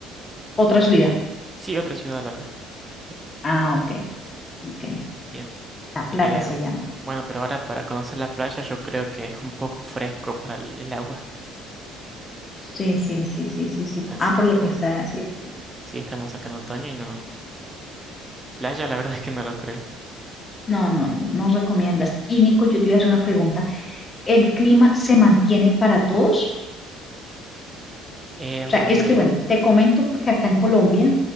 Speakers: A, on the left; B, on the right.
A: otra ciudad.
B: Sí, otra ciudad, la verdad. Sí,
A: Ah, ok, ok.
B: bien.
A: La Plata
B: Eh,
A: se llama.
B: bueno, pero ahora para conocer la playa yo creo que es un poco fresco para el, el agua.
A: Sí, sí, sí, sí, sí, sí.
B: Así
A: Ah, por
B: que
A: lo
B: bueno,
A: que está, sí.
B: sí, estamos acá en otoño y no. Playa la verdad es que no lo creo.
A: No, no, no, no recomiendas. Y Nico, yo te iba a hacer una pregunta. el clima se mantiene para todos.
B: Em,
A: O sea, es que bueno, te comento porque acá en Colombia